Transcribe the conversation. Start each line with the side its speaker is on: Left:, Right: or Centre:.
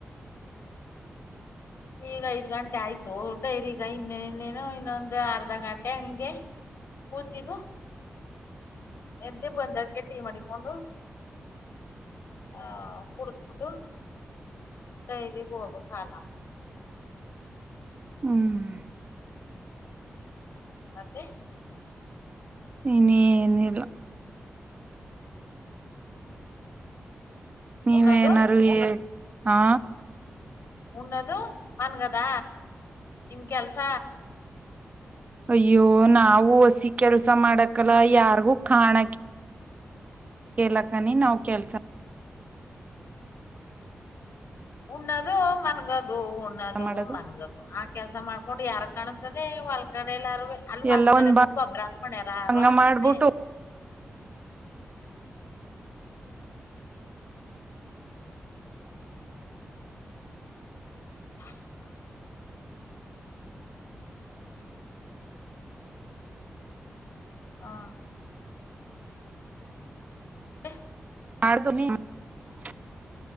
Left: ಈಗ ಐದು್ ಗಂಟೆ ಆಯ್ತು ದೋಡ್ಡೈರಿ ಈಗ ಇನ್ನ ಇನ್ನೇನು ಇನ್ನೊಂದು ಅರ್ಧ ಗಂಟೆ ಹಂಗೆ ಓದಿದ್ದ ಎದ್ದೇ ಬಂದ ಕೆ ಟೈ ಮಾಡ ಹಕೊಂಡು ಆ ಕುಡಬಟ್ಟು ಇರಿೋೋಗ ಹಾ
Right: ಹ್ಮ್
Left: ಅತ್ತೆ
Right: ಇನ್ನೆನಿಲ್ಲ. ನೀವೇ
Left: ಉಣ್ಣೋದು
Right: ಏನಾರು ಹೇಳ್ ಹಾ.
Left: ಉಣ್ಣಾದು ಮನ್ಗದ ನಿಮ್ ಕೆಲ್ಸ.
Right: ಅಯ್ಯೋ ನಾವೂ ಒಸಿ ಕೆಲ್ಸ ಮಾಡಕಲ್ಲ ಯಾರ್ಗೂ ಕಾಣಕಿ. ಕೆಲಕ್ಕನಿ ನಾವ್ ಕೆಲ್ಸ.
Left: ಉಣ್ಣದು ಮನ್ಗದು ಉಣ್ಣದು
Right: ಮಾಡೋದು
Left: ಮನ್ಗದು ಆ ಕೆಲ್ಸ ಮಾಡ್ಕೊಂಡು ಯಾರಗ್ ಕಾಣಸ್. ಹೊಲ್ ಕಡೆ ಎಲ್ಲಾರುವೆ ಅಲ್ ಹೊಲ್
Right: ಎಲ್ಲ ಒಂದ್
Left: ಕಡೆಗ್ ಹೋಗ್ ಗೊಬ್ರ ಹಾಕೊಂಡ್ ಯಾರಾರು
Right: ಭಂಗ
Left: ಹಾಕೋರೇ.
Right: ಮಾಡ್ಬಿಟ್ಟು
Left: <inaudible> ಹಾ. <inaudible>
Right: <unintelligible>